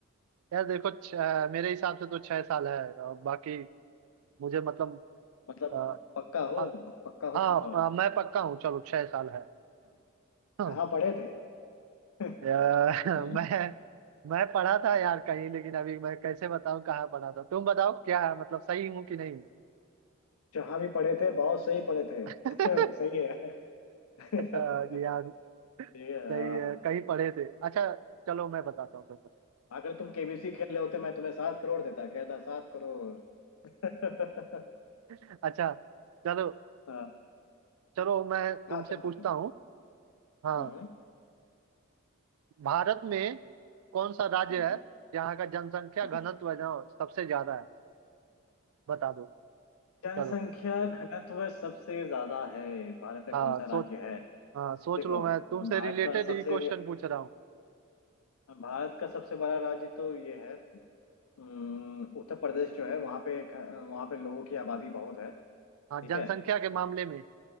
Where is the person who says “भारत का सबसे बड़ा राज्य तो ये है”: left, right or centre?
Left